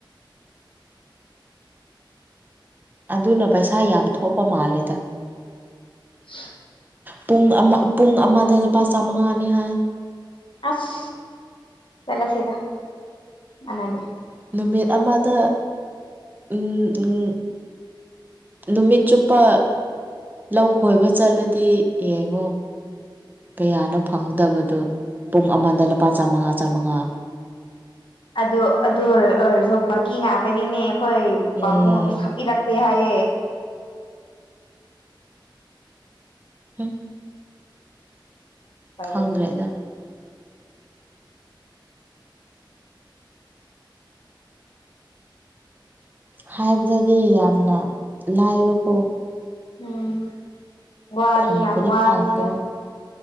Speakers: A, on the right; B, on the left.
A: ꯑꯗꯨꯅ ꯄꯩꯁꯥ ꯌꯥꯝ ꯊꯣꯛꯄ ꯃꯥꯜꯂꯦꯗ
B: ꯍ <inaudible>
A: ꯄꯨꯡ ꯑꯃ ꯄꯨꯡ ꯑꯃꯗ ꯂꯨꯄꯥ ꯆꯥꯝꯃꯉꯥꯅꯤ ꯍꯥꯏ
B: ꯑꯁ ꯆꯠꯂꯁꯤꯗ ꯀꯥꯟꯅꯗꯦ
A: ꯅꯨꯃꯤꯠ ꯑꯃꯗ ꯎꯝ ꯎꯝ ꯅꯨꯃꯤꯠ ꯆꯨꯞꯄ ꯂꯧ ꯈꯣꯏꯕ ꯆꯠꯂꯗꯤ ꯌꯦꯡꯉꯣ ꯀꯌꯥꯅꯣ ꯐꯪꯒꯗꯕꯗꯣ ꯄꯨꯡ ꯑꯃꯗ ꯂꯨꯄꯥ ꯆꯥꯃꯉꯥ ꯆꯥꯃꯉꯥ
B: ꯑꯗꯨ ꯑꯗꯨ ꯑꯣꯏꯔꯁꯨ ꯕꯥꯛꯀꯤ ꯉꯥꯛꯇꯅꯤꯅꯦ ꯑꯩꯈꯣꯏ
A: ꯎꯝ
B: ꯄꯥꯕꯨꯡꯅ ꯄꯩꯁꯥ ꯄꯤꯔꯛꯇꯦ ꯍꯥꯏꯌꯦ
A: ꯎꯝ
B: ꯎꯄꯥꯏ
A: ꯈꯪꯗ꯭ꯔꯦꯗ
B: ꯂꯩꯇꯦ
A: ꯍꯥꯏꯕꯗꯗꯤ ꯌꯥꯝꯅ ꯂꯥꯏꯕꯀꯣ
B: ꯎꯝ ꯋꯥꯗꯤ
A: ꯐꯪꯕꯗꯤ
B: ꯌꯥꯝ ꯋꯥꯕꯅꯤꯗ
A: ꯐꯪꯒꯅꯤ